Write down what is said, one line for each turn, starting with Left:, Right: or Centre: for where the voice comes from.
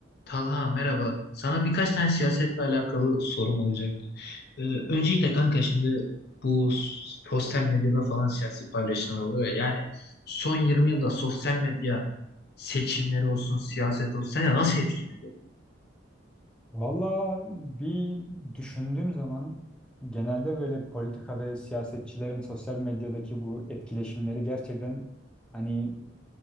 Left: Talha merhaba. Sana birkaç tane siyasetle alakalı sorum olacaktı. Ee, öncelikle kanka şimdi bu sosyal medyada falan siyasi paylaşımlar oluyor ya. Yani son 20 yılda sosyal medya seçimleri olsun, siyaset olsun seni nasıl etkili?
Centre: Valla bir düşündüğüm zaman genelde böyle politika ve siyasetçilerin sosyal medyadaki bu etkileşimleri gerçekten hani